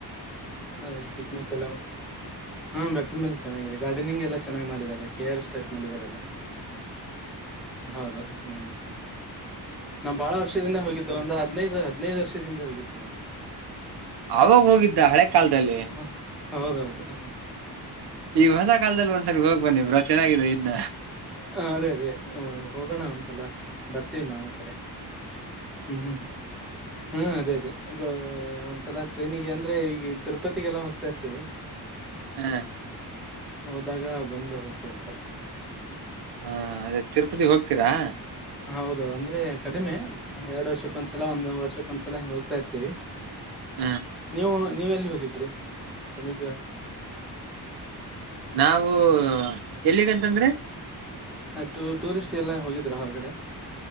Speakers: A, in the centre; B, on the right.
A: ಹ ಪಿಕ್ನಿಕ್ ಎಲ್ಲ ಹಾ ಬೆಟ್ರನ್ ಮೇಲೆ ಚೆನ್ನಾಗಿದೆ ಗಾರ್ಡನಿಂಗ್ ಎಲ್ಲ ಚೆನ್ನ್ ಮಾಡಿದ್ದಾರೆ ಕೇರ್ ಸ್ಟಪ್ ಮಾಡಿದ್ದಾರೆ ಎಲ್ಲ ಹೌದು ಹ್ಮ್ ನಾ ಬಾಳ ವರ್ಷದಿಂದ ಹೋಗಿದು ಒಂದು ಹದ್ನೈದು ಹದ್ನೈದು ವರ್ಷ ಹಿಂದೆ ಹೋಗಿದ್ ನಾವ್
B: ಆವಾಗ್ ಹೋಗಿದ್ದ ಹಳೆ ಕಾಲದಲ್ಲಿ?
A: ನಾವು ಹೌದೌದು
B: ಈ ಹೊಸ ಕಾಲದಲ್ಲಿ ಒಂದ್ಸರಿ ಹೋಗ್ ಬನ್ನಿ ಬ್ರೋ ಚೆನ್ನಾಗಾಗಿದೆ ಇನ್ನ
A: ಹ ಅದೇ ಅದೇ ಹೋಗೋಣ ಒಂದ್ಸಲ ಬರ್ತೇವಿ ನವು ಒಂದ್ ಕಡೆ ಹ್ಮ್ ಹ್ಮ್ ಹಾ ಅದೇ ಅದೇ ಈಗ ಒಂದ್ಸಲ ಟ್ರೈನಿಗೆ ಅಂದ್ರೆ ಈಗ ತಿರುಪತಿಗೆಲ್ಲ ಹೋಗ್ತಾ ಇರ್ತಿವಿ. <inaudible>
B: ಹ್ಮ್
A: ಹೋದಾಗ ಬಂದು ಹೋಗ್ತೇವ ಒಂದ್ಸಲ.
B: ಹಾ ಅದೇ ತಿರುಪತಿಗೆ ಹೋಗ್ತೀರಾ?
A: ಹೌದು ಅಂದ್ರೆ ಕಡಿಮೆ ಎರಡ್ ವರ್ಷಕ್ಕೊಂದ್ಸಲ ಒಂದ್ ವರ್ಷಕ್ಕೊಂದ್ಸಲ ಹಿಂಗ ಹೋಗ್ತಾ ಇರ್ತೀವಿ.
B: ಹ್ಮ್
A: ನೀವು ನೀವ್ ಎಲ್ಲಿ ಹೋಗಿದ್ರಿ ಸಮೀಪ.
B: ನಾವು ಎಲ್ಲಿಗಂತಂದ್ರೆ?
A: ಹಾ ಟೂರ್ ಟೂರಿಸ್ಟ್ ಎಲ್ಲ ಹೋಗಿದ್ರಾ ಹೊರಗಡೆ